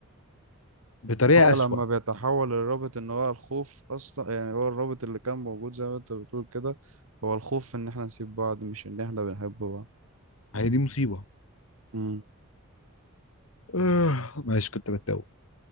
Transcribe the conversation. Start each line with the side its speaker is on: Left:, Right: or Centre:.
Left: بطريقة
Right: هو
Left: أسوأ
Right: لما بيتحول الرابط ان هو الخوف اصلا يعني هو الرابط اللي كان موجود زي ما انت بتقول كده هو الخوف ان احنا نسيب بعض مش ان احنا بنحب بعض
Left: هي دي مصيبة
Right: امم
Left: آه، معلش كنت بتوه